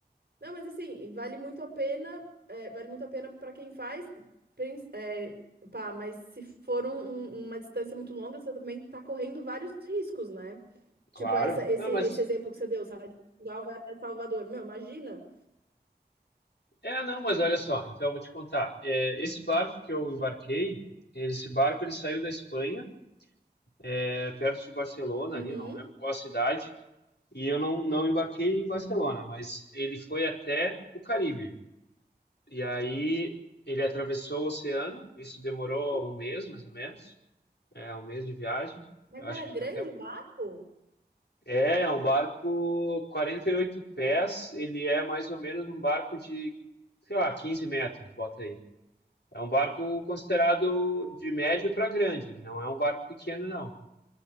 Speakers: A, on the right; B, on the left.
A: Não, mas assim, e vale muito a pena, é, vale muito a pena para quem faz, prin- é, pá, mas se for um- um- uma distância muito longa, você também tá correndo vários riscos, né? Tipo,
B: Claro.
A: essa, esse,
B: Não, mas
A: esse exemplo que você deu, sai de Portugal, vai até Salvador. Meu, imagina.
B: é, não, mas olha só, então eu vou te contar. É, esse barco que eu embarquei, esse barco ele saiu da Espanha, é, perto de Barcelona,
A: Uhum.
B: ali, eu não lembro qual a cidade, e eu não, não embarquei em Barcelona, mas ele foi até o Caribe. E aí ele atravessou o oceano, isso demorou
A: Que loucura.
B: um mês, mais ou menos, é um mês de viagem.
A: Mas
B: Eu acho
A: era
B: que
A: grande
B: ficou até.
A: o barco?
B: É, é um barco 48 pés, ele é mais ou menos um barco de, sei lá, 15 metros, bota aí. É um barco considerado de médio para grande, ele não é um barco pequeno, não,